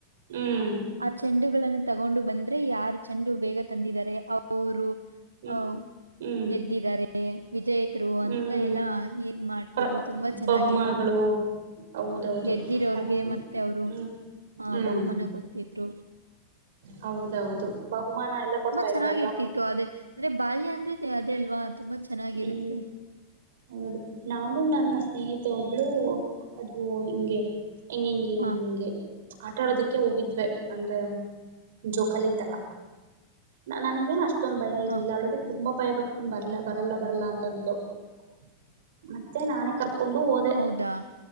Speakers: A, on the right (about 60°); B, on the right (about 80°).
A: ಹ್ಮ್
B: ಆ ಚೆಂಡುಗಳನ್ನು ತಗೊಂಡು ಬಂದ್ರೆ ಯಾರ್ ಚೆಂಡು ಬೇಗ ತಂದಿದ್ದಾರೆ ಅವರು
A: ಹ್ಮ್
B: ಹ
A: ಹ್ಮ್
B: ಗೆದ್ದಿದ್ದಾರೆ ವಿಜೇತ್ರು ಅಂತ
A: ಹ್ಮ್
B: ಎಲ್ಲ ಇದ ಮಾಡ್ತಿದ್ರು
A: ಪ್ರ
B: ತುಂಬಾ ಚೆನ್ನಾಗಿರ್ತಿತ್ತು
A: ಬಹುಮಾನಗಳು ಹೌದೌದು
B: ಗೆದ್ದಿರ ಅವ್ರಿಗೆ
A: ನಮ್
B: ಮತ್ತೆ ಅವ್ರು
A: ಹ್ಮ್
B: ಆಹ
A: ಹ್ಮ್
B: ಬಹುಮನ ಕೊಡ್ತಿದ್ರು
A: ಹೌದೌದು ಬಹುಮಾನ ಎಲ್ಲ ಕೊಡ್ತಾ
B: ತುಂಬಾ
A: ಇದ್ದಲ್ವಾ
B: ಚೆನ್ನಾಗಿರ್ತಿತ್ತು ಅದೇ ಅಂದ್ರೆ ಬಾಯ ಅಂದ್ರೆ ಅದೇ ಅಲ್ವಾ ತುಂಬಾ ಚೆನ್ನಾಗಿರುತ್ತೆ
A: ಹ್ಮ್ ಹೌದು ನಾನು ನನ್ನ ಸ್ನೇಹಿತೆ ಒಬ್ಳು ಅದು ಹಿಂಗೆ. ಹಂಗೆ
B: ಹಾ
A: ಆಟ ಆಡೋದಿಕ್ಕೆ ಹೋಗಿದ್ವೆ ಅಂದ್ರೆ ಜೋಕಾಲಿ ತರ. ನನಗೇ ನ ಅಷ್ಟ. ಅಷ್ಟೊಂದು ಭಯ ಇರ್ಲಿಲ್ಲ
B: ಹಾ
A: ಅವಳಿಗೆ ತುಂಬಾ ಭಯ ಪಟ್ಕೊಂಡ್ ಬರ್ಲ ಬರಲ್ಲ ಬರಲ್ಲ ಅಂತಂದ್ಲು ಮತ್ತೆ. ಮತ್ತೆ ನಾನೇ ಕರ್ಕೊಂಡು ಹೋದೆ
B: ಹೌದಾ